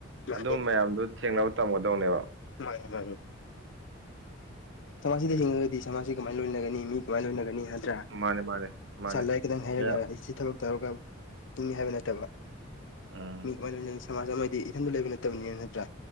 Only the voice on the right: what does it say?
ꯑꯗꯨꯝꯕ ꯃꯌꯥꯝꯗꯨꯣ ꯊꯦꯡꯅꯕ ꯇꯝꯒꯗꯧꯅꯦꯕ꯫
ꯃꯥꯅꯦ ꯃꯥꯅꯦ ꯃꯥꯅꯦ
ꯃꯌꯥꯝ
ꯎꯝ